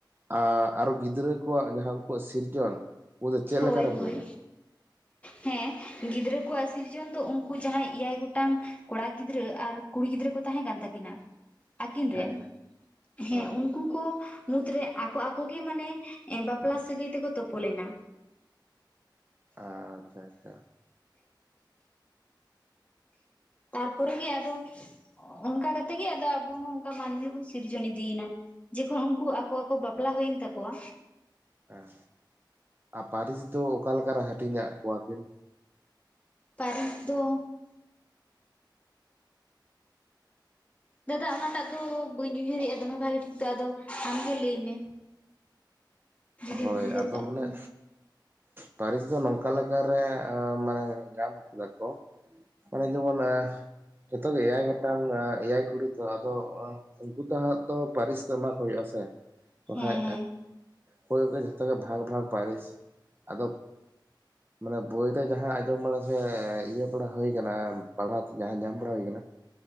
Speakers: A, on the right; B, on the left.
A: ᱟᱨ ᱟᱨᱚ ᱜᱤᱫᱽᱨᱟᱹ ᱠᱚᱣᱟᱜ ᱡᱟᱦᱟᱸ ᱩᱱᱠᱩᱣᱟᱜ ᱥᱤᱨᱡᱚᱱ ᱫᱚ ᱪᱮᱫ
B: ᱦᱳᱭ
A: ᱞᱮᱠᱟ ᱨᱮ
B: ᱦᱳᱭ
A: ᱦᱩᱭᱮᱱᱟ
B: ᱦᱮᱸ ᱜᱤᱫᱽᱨᱟᱹ ᱠᱚᱣᱟᱜ ᱥᱤᱨᱡᱚᱱ ᱫᱚ ᱩᱱᱠᱩ ᱡᱟᱦᱟᱸᱭ ᱮᱭᱟᱭ ᱜᱚᱴᱟᱝ ᱠᱚᱲᱟ ᱜᱤᱫᱽᱨᱟᱹ ᱟᱨ ᱠᱩᱲᱤ ᱜᱤᱫᱽᱨᱟᱹ ᱠᱚ ᱛᱟᱦᱮᱸ ᱠᱟᱱ ᱛᱟᱹᱠᱤᱱᱟ ᱟᱹᱠᱤᱱ
A: ᱦᱮᱸ
B: ᱨᱮᱱ
A: ᱦᱮᱸ
B: ᱦᱮᱸ
A: ᱦᱳᱭ
B: ᱩᱱᱠᱩ ᱠᱚ ᱢᱩᱫᱽᱨᱮ ᱟᱠᱚ ᱟᱠᱚ ᱜᱮ ᱢᱟᱱᱮ ᱵᱟᱯᱞᱟ ᱥᱟᱹᱜᱟᱹᱭ ᱛᱮᱠᱚ ᱛᱩᱯᱚᱞᱮᱱᱟ
A: ᱟᱪᱪᱷᱟ ᱟᱪᱪᱷᱟ
B: ᱛᱟᱨᱯᱚᱨᱮ ᱜᱮ ᱟᱫᱚ ᱚᱱᱠᱟ ᱠᱟᱛᱮᱜ ᱜᱮ ᱟᱫᱚ ᱟᱵᱚ ᱦᱚᱸ ᱚᱱᱠᱟ ᱢᱟᱹᱱᱢᱤ ᱵᱚᱱ ᱥᱤᱨᱡᱚᱱ ᱤᱫᱤᱭᱮᱱᱟ ᱡᱚᱠᱷᱚᱱ ᱩᱱᱠᱩ ᱟᱠᱚ ᱟᱠᱚ ᱵᱟᱯᱞᱟ ᱦᱩᱭᱮᱱ ᱛᱟᱠᱚᱣᱟ
A: ᱦᱮᱸ ᱟᱨ ᱯᱟᱹᱨᱤᱥ ᱫᱚ ᱚᱠᱟ ᱞᱮᱠᱟᱨᱮ ᱦᱟᱹᱴᱤᱧᱟᱫ ᱠᱚᱣᱟ ᱠᱤᱱ
B: ᱯᱟᱨᱤᱥ ᱫᱚ ᱫᱟᱫᱟ ᱚᱱᱟᱴᱟᱜ ᱫᱚ ᱵᱟᱹᱧ ᱩᱭᱦᱟᱹᱨᱮᱜᱼᱟ ᱫᱚᱢᱮ ᱵᱷᱟᱜᱮ ᱴᱷᱤᱠ ᱟᱫᱚ ᱟᱢᱜᱮ ᱞᱟᱹᱭ ᱢᱮ ᱡᱩᱫᱤᱢ
A: ᱦᱳᱭ
B: ᱩᱭᱦᱟᱹᱨ
A: ᱟᱫᱚ
B: ᱠᱟᱜ
A: ᱢᱟᱱᱮ
B: ᱠᱷᱟᱱ
A: ᱯᱟᱹᱨᱤᱥ ᱫᱚ ᱱᱚᱝᱠᱟ ᱞᱮᱠᱟᱨᱮ ᱢᱟᱱᱮ ᱧᱟᱢ ᱠᱮᱫᱟ ᱠᱚ ᱢᱟᱱᱮ ᱡᱮᱢᱚᱱ ᱡᱚᱛᱚ ᱜᱮ ᱮᱭᱟᱭ ᱜᱚᱴᱟᱝ ᱮᱭᱟᱭ ᱠᱩᱲᱤ ᱛᱚ ᱟᱫᱚ ᱩᱱᱠᱩ ᱛᱚ ᱦᱟᱸᱜ ᱛᱚ ᱯᱟᱨᱤᱥ ᱫᱚ ᱮᱢᱟ ᱠᱚ ᱦᱩᱭᱩᱜ ᱟ ᱥᱮ ᱵᱟᱠᱷᱟᱡ
B: ᱦᱮᱸ ᱦᱮᱸ
A: ᱦᱩᱭ ᱜᱮ ᱡᱷᱚᱛᱚ ᱜᱮ ᱵᱷᱟᱜᱽ ᱵᱷᱟᱜᱽ ᱯᱟᱨᱤᱥ ᱟᱫᱚ ᱢᱟᱱᱮ ᱵᱳᱭ ᱨᱮ ᱡᱟᱦᱟᱸ ᱟᱸᱡᱚᱢ ᱵᱟᱲᱟ ᱥᱮ ᱤᱭᱟᱹ ᱵᱟᱲᱟ ᱦᱩᱭ ᱟᱠᱟᱱᱟ ᱯᱟᱲᱦᱟᱣ ᱛᱮ ᱡᱟᱦᱟᱸ ᱧᱟᱢ ᱵᱟᱲᱟ ᱦᱩᱭ ᱟᱠᱟᱱᱟ